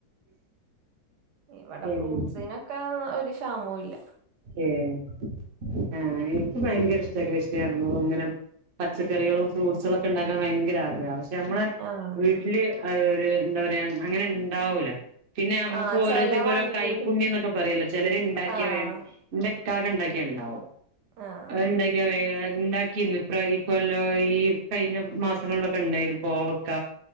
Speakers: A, on the right; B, on the right.
A: ഇവടെ
B: പിന്നെ
A: ഫ്രൂട്ട്സിനൊക്കെ ഒരു ക്ഷാമവുല്ല
B: ഏഹ് ആ എനിക്ക് ഭയങ്കരഷ്ട <unintelligible> ഇങ്ങനെ പച്ചക്കറികളും ഫ്രൂട്സുളൊക്കെ ഇണ്ടാക്കാൻ ഭയങ്കര ആഗ്രഹ ഞമ്മള
A: ആഹ്
B: വീട്ടില് ആ ഒരു എന്താപറയാ അങ്ങനെണ്ടാവൂല പിന്നെ ഞമ്മക്കോരോര്ത്തര്ക്കോരോ
A: ആഹ് ചെല മണ്ണില്
B: കൈപ്പുണ്യംന്നൊക്കെ പറയോലോ ചെലര് ഇണ്ടാക്ക്യ
A: ആഹ്
B: വേ ഇന്റെക്കാക്ക ഇണ്ടാക്ക്യ ഇണ്ടാവും
A: ആഹ്
B: അവര്ണ്ടാ ണ്ടാക്ക്യ വേ ഇണ്ടാക്കീന്നു ഇപ്രാ ഇക്കൊല്ലോം ഈ കഴിഞ്ഞ മാസങ്ങളിലൊക്കെണ്ടായ്ന്നു കോവക്ക